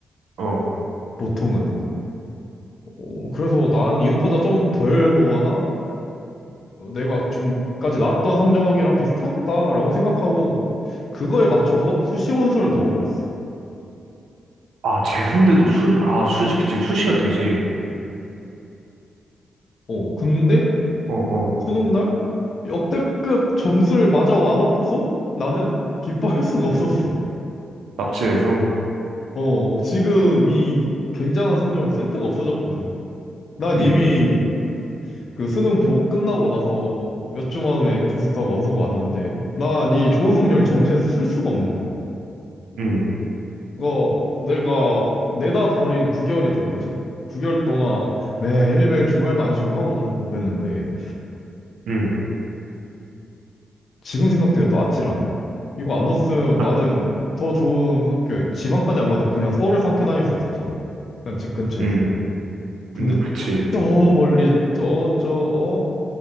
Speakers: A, on the right; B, on the left.
A: 어.
B: 보통은. 어, 그래서 난 이것보다 좀 덜 보거나 어, 내가 지금까지 나왔던 성적이랑 비슷하겠다라고 생각하고 그거에 맞춰서 수시 원서를 넣어버렸어.
A: 아, 재수인데도 수, 아, 수, 그치. 수시가 되지.
B: 어, 근데
A: 어, 어.
B: 수능 날 역대급 점수를 맞아 와놓고서 나는 기뻐할 수가 없었어.
A: 납치해서.
B: 어, 지금 이 굉장한 성적을 쓸 데가 없어졌거든. 난
A: 응,
B: 이미 그 수능 보 끝나고 나서 몇 주 만에 붙었다고 원서가 왔는데 난 이 좋은 성적을 정시에서 쓸 수가 없는 거야.
A: 응,
B: 이거 내가 내다 버린 9개월이 된 거지. 9개월 동안 매일매일 주말도 안 쉬고 학원 가서 공부했는데
A: 응.
B: 지금 생각해도 또 아찔하네. 이거 안 넣었으면
A: 아,
B: 나는 더 좋은 학교에 지방까지 안 가도 그냥 서울에서 학교 다닐 수 있었잖아. 그냥 집 근처에서.
A: 응,
B: 근데
A: 응, 그치.
B: 저 멀리 저 저 어?